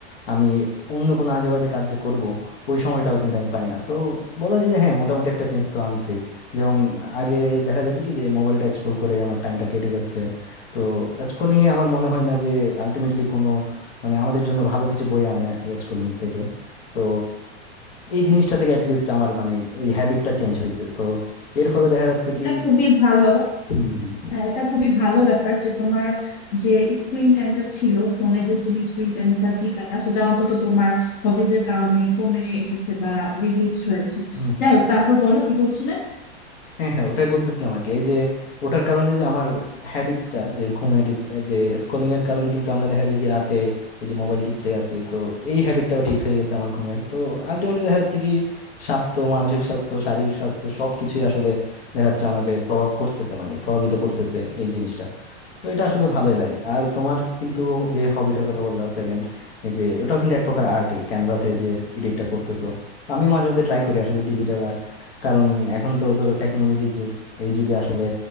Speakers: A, on the left; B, on the left.
A: আমি অন্য কোনো আজে বাজে কাজ যে করবো ওই সময়টাও কিন্তু আমি পাই না তো বলা যায় যে হ্যাঁ মোটামুটি একটা চেঞ্জ তো আনছেই যেমন আগে দেখা যেত কি যে মোবাইলটা স্ক্রোল করে আমার টাইমটা কেটে যাচ্ছে তো স্ক্রোলিং এ আমার মনে হয় না যে আলটিমেটলি কোনো মানে আমাদের জন্য ভালো কিছু বয়ে আনে আর কি স্ক্রোলিং থেকে তো এই জিনিসটা থেকে অ্যাটলিস্ট আমার মানে এই হ্যাবিটটা চেঞ্জ হয়েছে তো এর ফলে দেখা যাচ্ছে
B: এটা
A: কি
B: খুবই ভালো
A: হুম হুম
B: হ্যাঁ এটা খুবই ভালো ব্যাপার যে তোমার যে স্ক্রিন টাইমটা ছিল ফোনে যে তুমি স্ক্রিন টাইমটা দিতা সেটা অন্তত তোমার হবিজের কারণে কমে এসেছে বা রিডিউসড হয়েছে
A: হুম হুম
B: যাই হোক তারপর বলো কি বলছিলে
A: হ্যাঁ হ্যাঁ ওটাই বলতেছিলাম আর কি এই যে ওটার কারণে যে আমার হ্যাবিটটা যে ঘুমের ইস- এই যে স্ক্রলিং এর কারণে কিন্তু আমরা দেখা যায় কি রাতে এই যে মোবাইল টিপতে আছি তো এই হ্যাবিটটাও ঠিক হয়ে গেছে আমার ঘুমের তো আলটিমেটলি দেখা যাচ্ছে কি স্বাস্থ্য মানসিক স্বাস্থ্য শারীরিক স্বাস্থ্য সবকিছুই আসলে দেখা যাচ্ছে আমাকে প্রভাব করতেছে মানে প্রভাবিত করতেছে এই জিনিসটা তো এটা আসলে ভালোই লাগে আর তোমার কিন্তু যে হবিটার কথা বললা সেকেন্ড এই যে ওটাও কিন্তু এক প্রকার আর্টই ক্যানভাতে যে এডিটটা করতেছো আমিও মাঝে মধ্যে ট্রাই করি আসলে ডিজিটাল আর্ট কারণ এখন তো ধরো টেকনোলজির যুগ এই যুগে আসলে